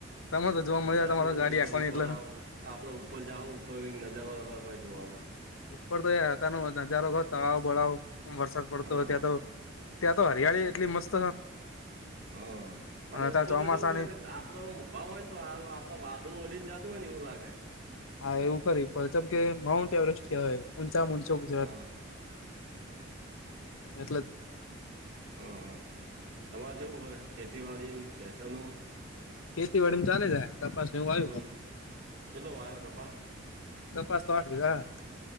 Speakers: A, on the left (about 85°); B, on the right (about 55°).
A: તમે તો જોવા મળ્યા
B: હે
A: તમારા
B: ગધું
A: ગાડી
B: શીખર
A: આંકવાની
B: ઉપર
A: એટલે
B: આવું. આપડે ઉપર જાહું ઉપર કઈક નજારો અલગ હોય જોવાનો.
A: ઉપર તોય <unintelligible> નજારો તળાવ બળાવ વરસાદ પડતો
B: હા
A: હોય ત્યાં તો ત્યાં તો હરિયાળી એટલી મસ્ત
B: હ અને
A: ત્યાં
B: ઉપર
A: ચોમાસાની
B: તો જવું હોય કે આપ પડે આમ ઉભા હોય ને તો આપણે માથું અડીને જતું હોય ને એવું લાગે.
A: હા એવું ખરી પરચમ કે માઉન્ટ એવરેસ્ટ કેહવાય ઊંચામાં ઊંચો ગુજરાત
B: હા
A: એટલે
B: હા હા તમારે જવું હોય ખેતીવાડી પૈસાનું
A: ખેતી વાડીનું ચાલે છે તપાસને એવું આવ્યું
B: હમ કેટલો વાયો કપા
A: કપાસ તો <unintelligible>